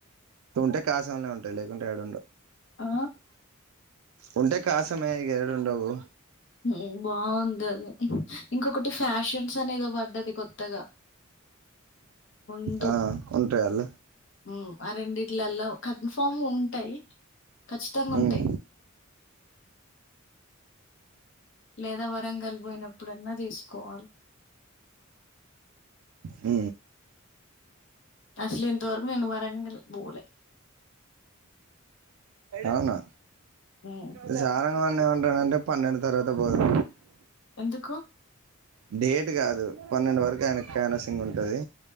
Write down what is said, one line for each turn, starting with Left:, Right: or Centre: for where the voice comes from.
Right: ఉంటే కాసంనే ఉంటయి లేకుంటే ఏడుండవు
Left: ఆ
Right: ఉంటే కాసమే ఇక ఏడ ఉండవు
Left: ఉహు బావుంది ఇంకొకటి ఫ్యాషన్స్ అనేదో పడ్డది కొత్తగా ఉండు
Right: ఆ ఉంటాయి అల్ల
Left: ఊ ఆ రెండిట్లల్లో కన్ఫర్మ్ ఉ ఉంటాయి ఖచ్చితంగా ఉంటయి
Right: ఉమ్
Left: లేదా వరంగల్ పోయినప్పుడన్నా తీసుకోవాలి
Right: హ
Left: అసలు ఇంతవరకు నేను వరంగల్ పబోలే
Right: ఆనా
Left: ఉమ్
Right: ఈసార అనే ఉంటానంటడి పన్నెండు తర్వాత పోదు
Left: ఎందుకు
Right: డేట్ కాదు పన్నెండు వరకు ఆయనకు కనసింగ్ ఉంటుది